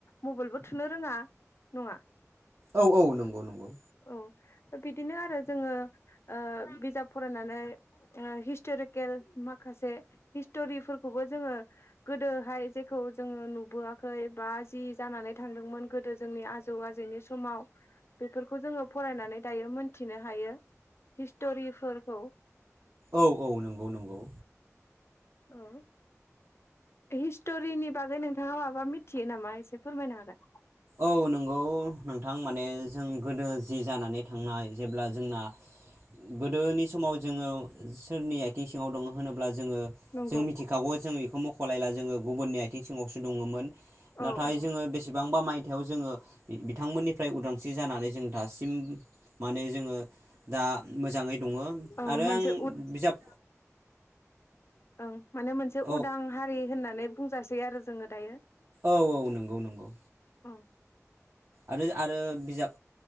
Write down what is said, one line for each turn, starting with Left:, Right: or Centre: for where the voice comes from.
Left: मबाइलबो थुनो रोङा नङा।
Right: औ औ नंगौ नंगौ।
Left: औ बिदिनो आरो जोङो ओ बिजाब फरायनानै ओ हिस्टरिकेल माखासे हिस्टरिफोरखौबो जोङो गोदोहाय जेखौ जोङो नुबोआखै बा जि जानानै थांदोंमोन गोदो जोंनि आजौ आजैनि समाव बेफोरखौ जोङो फरायनानै दायो मोनथिनो हायो हिस्टरिफोरखौ।
Right: औ औ नंगौ नंगौ।
Left: औ हिस्टरिनि बागै नोंथाङा माबा मिथियो नामा एसे फोरमायनो हागोन।
Right: औ नंगौ नोंथां माने जों गोदो जि जानानै थांनाय जेब्ला जोंना गोदोनि समाव जोङो सोरनि आथिं सिङाव दङ होनोब्ला जोङो
Left: नंगौ
Right: जों मिथिखागौ जोङो इखौ म <unintelligible> जोङो गुबुननि आथिं सिङावसो दङोममोन। नाथाय
Left: औ औ
Right: जोङो बेसेबांबा माय थायाव जोङो बि बिथांमोननिफ्राय उदांस्रि जानानै जों दासिम माने जोङो दा मोजाङै दङ
Left: औ
Right: आरो
Left: मोनसे
Right: आं बिजाब
Left: औ माने मोनसे
Right: औ
Left: उदां हारि होननानै बुंजासै आरो जोङो दायो।
Right: औ औ नंगौ नंगौ।
Left: औ।
Right: आरो आरो बिजाब